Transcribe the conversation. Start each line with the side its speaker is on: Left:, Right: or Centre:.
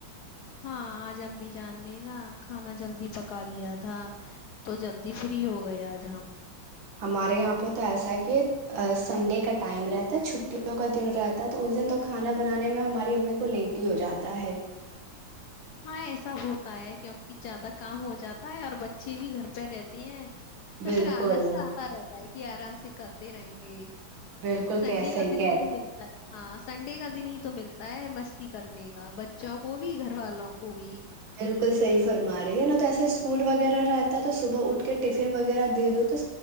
Left: ہاں آج امی جان نے نا کھانا جلدی پکا لیا تھا تو جلدی فری ہو گئے آج ہم
Right: ہمارے یہاں پہ تو ایسا ہے کہ سنڈے کا ٹائم رہتا ہے چھٹیوں کا دن رہتا ہے تو اس دن تو کھانا بنانے میں ہماری امی کو لیٹ ہی ہو جاتا ہے
Left: ہاں ایسا ہوتا ہے کیونکہ زیادہ کام ہو جاتا ہے اور بچے بھی گھر پہ رہتے ہیں تو
Right: بالکل
Left: پھر آلس سے آتا رہتا ہے یہ آرام سے کرتے رہیں گے
Right: بالکل
Left: سنڈے
Right: کہ صی
Left: کا دن
Right: کہہ
Left: ہی
Right: رہی
Left: تو ملتا ہے ہاں سنڈے کا دن ہی تو ملتا ہے مستی کرنے کا بچوں کو بھی گھر والوں کو کو بھی
Right: بالکل صحیح فرما رہی ہے نا تو ایسے سکول وغیرہ رہتا ہے تو صبح اٹھ کے ٹفن وغیرہ دے دو تو